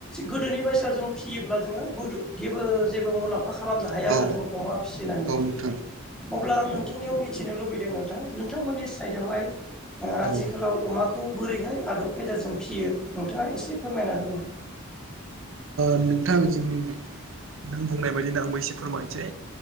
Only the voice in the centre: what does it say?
गोदोनि बायसआव जों फियोब्ला जोंङोदेबो जेबो मुलाम्फा खालामनो हाया
आरो जों - अमा फिसिनानै
अब्ला आं नोंथांनियाव मिथिनो लुबैदों नोंथां नोंथांमोननि साइदआवहाय आथिखालाव
अमाखौ बोरैहाय आदब खायदाजों फियो नोंथाङा एसे फोरमायना होलाय।